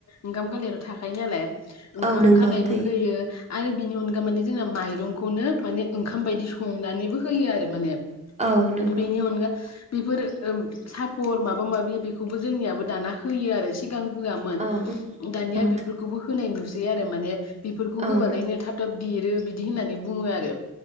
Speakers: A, on the left; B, on the right.
A: ओंखाम खालाया थाखायो नालाय ओंखाम
B: औ नंगौ
A: खालायबो
B: थायो
A: होयो। आरो बिनि अनगा माने जोंना माइरंखौनो माने ओंखाम बायदि संनानैबो होयो आरो माने
B: औ नंगौ
A: बेनि अनगा बेफोर ओम सापर माबा माबि बेखौबो जोंनियाबो दाना होयो आरो सिगां होवामोन
B: औ
A: दानिया
B: औ
A: बिफोरखौबो होनाय नुस <unintelligible> माने बिफोरखौ
B: औ
A: होबालायनो थाब थाब देरो बिदि होननानै बुङो आरो।